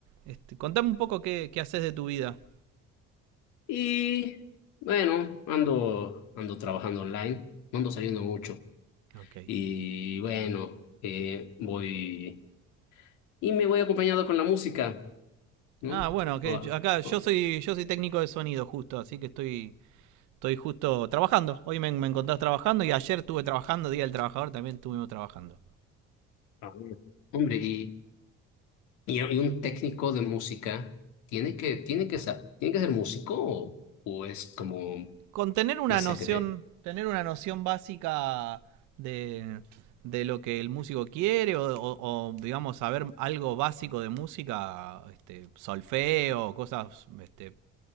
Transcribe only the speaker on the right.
Este, contame un poco qué, qué haces de tu vida.
Ok.
Ah, bueno, que
yo- acá yo
soy yo soy técnico de sonido justo, así que estoy estoy justo trabajando. Hoy me, me encontrás trabajando y ayer estuve trabajando, Día del Trabajador, también estuvimos trabajando.
con tener una
noción,
tener una noción básica de, de lo que el músico quiere o, o- o, digamos saber algo básico de música, este, solfeo, cosas este,